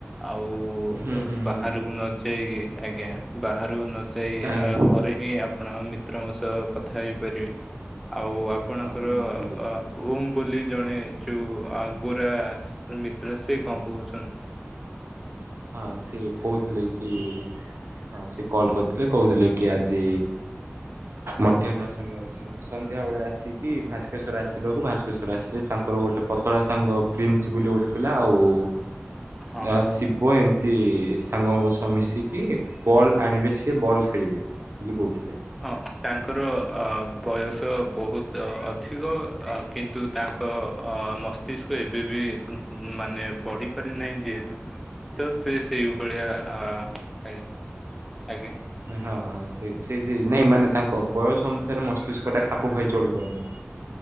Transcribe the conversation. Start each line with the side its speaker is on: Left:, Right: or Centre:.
Centre: ଆଉ ଉ
Right: ହୁଁ ହୁଁ
Centre: ବାହାରକୁ
Right: ହୁଁ
Centre: ନ ଯାଇକି ଆଜ୍ଞା ବାହାରକୁ ନ ଯାଇ
Right: ଆଜ୍ଞା
Centre: ଘରେ ହିଁ ଆପଣ ମିତ୍ରଙ୍କ ସହ କଥା ହେଇପାରିବେ ଆଉ ଆ ଆପଣଙ୍କର
Right: ହଁ ବୁଝିଲି।
Centre: ଅ ଓମ ବୋଲି ଜଣେ ଯୋଉ ଅ ଗୋରା ମିତ୍ର ସେ କଣ କହୁଚନ୍ତି?
Right: ହଁ ସିଏ କହୁଥିଲେ କି ହଁ ସେ କଲ୍ କରିଥିଲେ କହୁଥିଲେ କି ଆଜି ମଧ୍ୟାହ୍ନ ସମୟରେ ସନ୍ଧ୍ୟାବେଳେ ଆସିକି ଭାସ୍କେଶ୍ୱର ଆସିବାକୁ ଭାସ୍କେଶ୍ୱର ଆସିଲେ ତାଙ୍କର ଗୋଟେ ପତଳା ସାଙ୍ଗ ପ୍ରିନ୍ସ ବୋଲି ଗୋଟେ ପିଲା ଆଉ
Centre: ହଁ।
Right: ଆ ସିବ୍ ପୁଅ ଏମତି ସାଙ୍ଗଙ୍କ ସହ ମିଶିକି ବଲ୍ ଆଣିବେ ସିଏ ବଲ୍ ଖେଳିବେ ବୋଲି କହୁ
Centre: ହଁ ତାଙ୍କର ଅ ବୟସ ବୋହୁତ ଅଧିକ ଆଉ କିନ୍ତୁ ତାଙ୍କ ଅ ମସ୍ ମସ୍ତିକ ଏବେ ବି ଗୁଁ ମାନେ ବଢିପାରି ନାହିଁ ଯେହେତୁ ତ ସେ ସେଇ ଭଳିଆ ଆ-ଆଏ, ଆଜ୍ଞା?
Right: ହଁ ହଁ ସେ ସେଇ ସେ ନାଇଁ ମାନେ ତାଙ୍କ ବୟସ ଅନୁସାରେ ମସ୍ତିଷ୍କଟା ଖାପୁ ଖୁଆଇ ଚଳି ପାରୁନି।